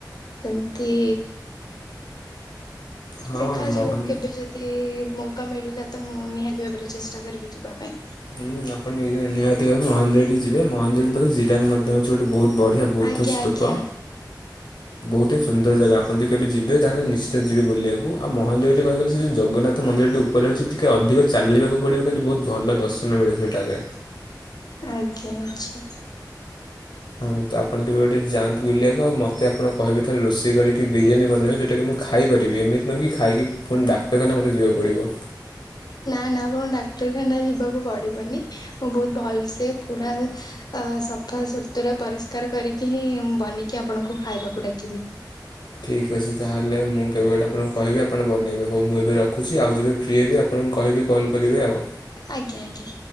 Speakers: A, on the left; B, on the left.
A: ସେମିତି
B: ହଁ
A: ଦେଖାଯାଉ,
B: ମହେ
A: କେବେ ଯଦି ମୋ ଧ ମିଳିଲା ତ ମୁଁ ନିହାତି ଭାବରେ ଚେଷ୍ଟା କରିବି ଯିବା ପାଇଁ।
B: ହୁଁ ଆପଣ ନଜ ନିହାତି ଭାବେ ମହାନ୍ଦେରୀ ଯିବେ ମନ୍ଦେର ପାଖେ ଜିିରାଲ ମଧ୍ୟ ଅଛି ଗୋଟେ ବହୁତ <unintelligible> ବଢ଼ିଆ ବୌଦ୍ଧ
A: ଆଜ୍ଞା
B: ସ୍ତୂପ।
A: ଆଜ୍ଞା
B: ବହୁତ ହିଁ ସୁନ୍ଦର ଜାଗା ଆପଣ ଯଦି କେବେ ଯିବେ ତାହେଲେ ନିଶ୍ଚିତ ଯିବେ ବୁଲିବାକୁ। ଆଉ ମହେନ୍ଦଗିରିରେ <unintelligible> କ କହିଗଲେ ସେଉ ଜଗନ୍ନାଥ ମନ୍ଦିରଟି ଉପରେ ଅଛିି ଟିକେ ଅଧିକ ଚାଲିବାକୁ ପଡ଼ିବ କିନ୍ତୁ ବହୁତ ଭଲ ଦର୍ଶନ। ମିଳେ ସେଇଟା ଆଗେ।
A: ଆଜ୍ଞା ଆଛା।
B: ହ ତ ଆପଣ କେବେ ଗୋଟେ ଯାଆନ୍ତ ବୁଲିବାକୁ ଆଉ ମୋତେ ଆପଣ କହିବେ ଥରେ ରୋଷେଇ କରିକି ବିରିୟାନୀ ବନେଇବେ, ଯେଉଁଟା କି ମୁଁ ଖାଇ ଏମିତି ନ କି ଖାଇକି ପୁଣି ଡାକ୍ତରଖାନା ମତେ ଯିବାକୁ ପଡିବ।
A: ନା ନା ଆପଣ ଡାକ୍ତରଖାନା ଯିବାକୁ ପଡିବନି, ମୁଁ ବହୁତ ଭଲସେ ପୁରା ଅ ସଫାସତୁରା, ପରିଷ୍କାର କରିକି ହିଁ ବନିକି ଆପଣଙ୍କୁ ଖାଇବାକୁ ଡାକିବି।
B: ଠିକ୍ ଅଛି ତାହେଲେ ମୁଁ କେବେଗୋଟେ ଆପଣଙ୍କୁ କହିବି ଆପଣ ବନେଇବେ ହଉ ମୁଁ ଏବେ ରଖୁଚି ଆଉ ଯେବେ ଫ୍ରି ହେବି ଆପଣ କହିବି କଲ୍ କରିବି ଆଉ।
A: ଆଜ୍ଞା ଆଜ୍ଞା।